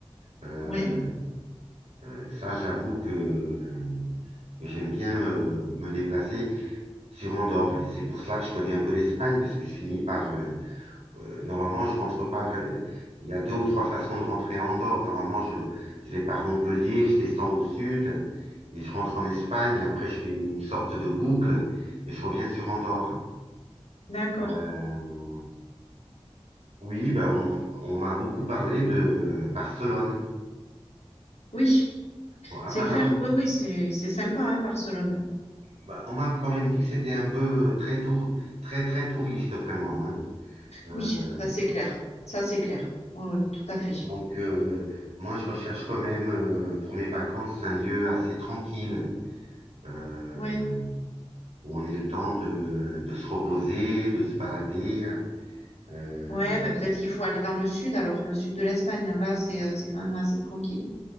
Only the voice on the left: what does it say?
ouais.
D'accord.
Oui,
c'est clair. Oui, oui, c'est c'est sympa, hein, Barcelone.
Oui, ça c'est clair. Ça c'est clair. Ouais, ouais, tout à fait.
Ouais.
Ouais, bah peut-être qu'il faut aller dans le sud alors, le sud de l'Espagne. hein. Là, c'est euh, c'est quand même assez tranquille.